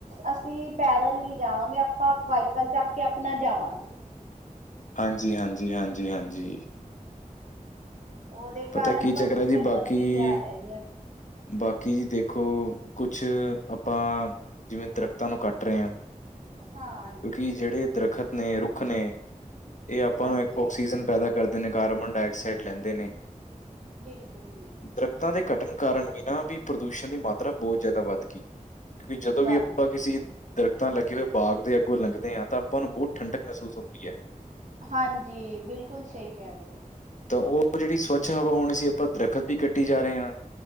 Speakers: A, on the right; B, on the left.
A: ਅਸੀ ਪੈਦਲ ਨੀ ਜਾਵਾਂਗੇ ਆਪਾਂ, ਵਾਈਕਲ ਚੱਕ ਕੇ ਅਪਨਾ ਜਾਵਾਂਗੇ।
B: ਹਾਂਜੀ-ਹਾਂਜੀ-ਹਾਂਜੀ-ਹਾਂਜੀ।
A: ਓਦੇ
B: ਪਤਾ
A: ਕਾਰਨ
B: ਕੀ
A: ਪ੍ਰਦੂਸ਼ਣ
B: ਚੱਕਰ ਹੈ ਜੀ
A: ਵੱਧੀ
B: ਬਾਕੀ
A: ਜਾ ਰੇਆ ਜੀ।
B: ਬਾਕੀ ਜੀ ਦੇਖੋ ਕੁਛ, ਆਪਾਂ ਜਿਵੇਂ ਦਰਖਤਾਂ ਨੂੰ ਕੱਟ ਰੇਆਂ -
A: ਹਾਂਜੀ,
B: ਕਿਉਂਕਿ ਜੇੜੇ ਦਰੱਖਤ ਨੇ ਰੁੱਖ ਨੇ ਐ ਆਪਾਂ
A: ਹਾਂਜੀ
B: ਦਾ ਔਕਸੀਜਨ ਪੈਦਾ ਕਰਦੇ ਨੇ, ਕਾਰਬਨ ਡਾਇਆਕਸਾਈਡ ਲੈਂਦੇ ਨੇ।
A: ਬਿਲਕੁਲ ਜੀ।
B: ਦਰਖ਼ਤਾਂ ਦੇ ਕਟਣ ਕਾਰਨ ਬਿਨਾਂ ਵੀ ਪ੍ਰਦੂਸ਼ਣ ਦੀ ਮਾਤਰਾ ਬੋਤ ਜਾਦਾ ਵੱਧਗੀ। ਕਿਉਂਕਿ ਜਦੋਂ
A: ਵੱਧ
B: ਵੀ ਆਪਾਂ
A: ਬਿਲ
B: ਕਿਸੇ ਦਰਖਤਾਂ ਲੱਗੇ ਹੋਏ ਬਾਗ ਦੇ ਅ ਗੋਂ ਲੰਘਗਦੇ ਆਂ ਤੇ ਆਪਾਂ ਨੂੰ ਬੋਤ ਠੰਡਕ ਮਹਿਸੂਸ ਹੁੰਦੀਐ।
A: ਹਾਂਜੀ, ਬਿਲਕੁਲ ਸਈ ਕੈ ਰੇਓ।
B: ਤਾਂ ਓ ਜੇੜੀ ਸਵੱਛ ਹਵਾ ਆਉਣੀ ਸੀ ਹੁਣ, ਅਸੀਂ ਆਪਾਂ ਦਰਖ਼ਤ ਹੀ ਕੱਟੀ ਜਾ ਰੇਆ।